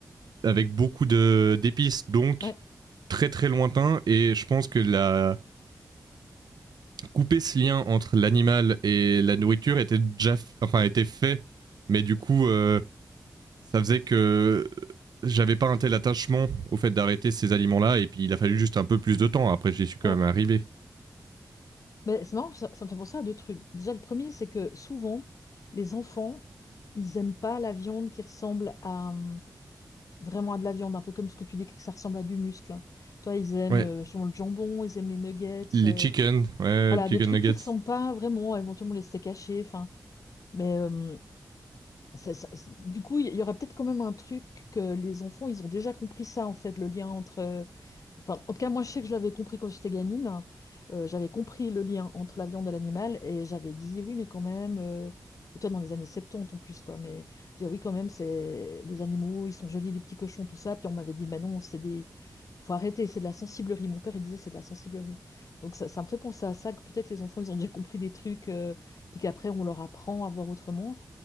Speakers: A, on the right (about 80°); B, on the left (about 55°).
A: avec beaucoup de d'épices, donc
B: ouais,
A: très très lointain. Et je pense que la couper ce lien entre l'animal et la nourriture était déjà, enfin était fait, mais du coup, euh, ça faisait que j'avais pas un tel attachement au fait d'arrêter ces aliments-là. Et puis il a fallu juste un peu plus de temps. Après, j'y suis quand
B: ouais.
A: même arrivé.
B: Mais c'est marrant, ça, ça me fait penser à deux trucs. Déjà, le premier, c'est que souvent, les enfants, ils aiment pas la viande qui ressemble à hum, vraiment à de la viande, un peu comme ce que tu dis que ça ressemble à du muscle. hein. Toi, ils aiment
A: Ouais,
B: euh, justement le jambon, ils aiment les nuggets.
A: les
B: euh,
A: chicken, ouais,
B: Voilà,
A: chicken
B: des trucs
A: nuggets.
B: qui ressemblent pas vraiment, éventuellement les steaks hachés, enfin, mais euh, ça- ça- c'est- du coup, il y, aurait peut-être quand même un truc que les enfants, ils ont déjà compris ça en fait, le lien entre, euh, Enfin, en tout cas, moi, je sais que je l'avais compris quand j'étais gamine. hein. Euh, j'avais compris le lien entre la viande et l'animal et j'avais dit oui, mais quand même. euh, et Toi, dans les années 70 en plus, quoi. Mais j'ai dit oui, quand même, c'est les animaux, ils sont jolis, les petits cochons, tout ça. Puis on m'avait dit, mais non, c'est des. Faut arrêter, c'est de la sensiblerie. Mon père, il disait, c'est de la sensiblerie. Donc ça, ça me fait penser à ça, que peut-être les enfants, ils ont déjà compris des trucs, euh, puis qu'après, on leur apprend à voir autrement.